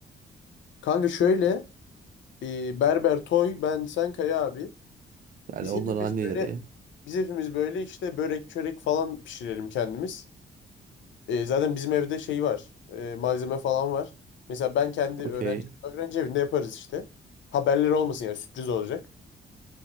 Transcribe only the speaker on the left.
Kanka şöyle e, Berber Toy ben sen Kaya abi.
Biz
hepimiz
böyle biz hepimiz böyle işte börek çörek falan pişirelim kendimiz. E, zaten bizim evde şey var. e, malzeme falan var. Mesela ben kendi
öğrenci öğrenci evinde yaparız işte. Haberleri olmasın yani sürpriz olacak.